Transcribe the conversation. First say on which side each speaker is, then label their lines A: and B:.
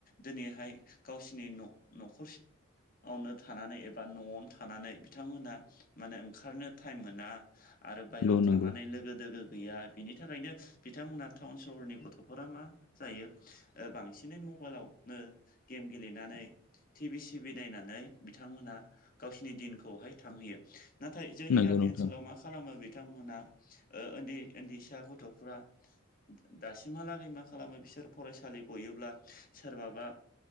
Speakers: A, on the left; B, on the left.
A: दिनैहाय गावसोरनि न' न'खर आवनो थानानै एबा न'आवनो थानानै बिथांमोना माने ओंखारनो टाइम मोना आरो बायहेरायाव
B: नंगौ
A: थांनानै
B: नंगौ
A: लोगो दोगो गैया बिनि थाखायनो बिथांमोनहा टाउन सहरनि गथ'फोरा माने जायो बांसिनै मबाइलावनो गेम गेलेनानै टि भि सिभि नायनानै बिथांमोनहा गावसोरनि दिनखौहाय थांहोयो। नाथाय जोंनि
B: नंगौ
A: गामि
B: नोंथां
A: ओनसोलाव मा खालामो बिथांमोना ओ उन्दै उन्दैसा गथ'फ्रा दासिमहालागै मा खालामो बिसोर फरायसालि गयोब्ला सोरबाबा